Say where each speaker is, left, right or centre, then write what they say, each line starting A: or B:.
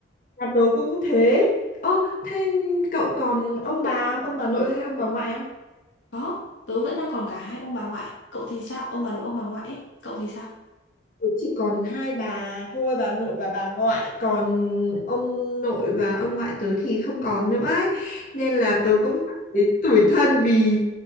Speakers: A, on the left (about 45°); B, on the left (about 80°).
A: Nhà tớ cũng thế. Ơ, thế cậu còn ông bà, ông bà nội hay ông bà ngoại
B: Có, tớ vẫn đang còn cả hai ông bà ngoại. Cậu thì sao? Ông bà nội ông bà ngoại ấy. Cậu thì sao?
A: chỉ còn hai bà thôi bà nội và bà ngoại còn ông nội và ông ngoại tớ thì không còn nữa ấy. nên
B: Ờ.
A: là tớ cũng cảm thấy tủi thân vì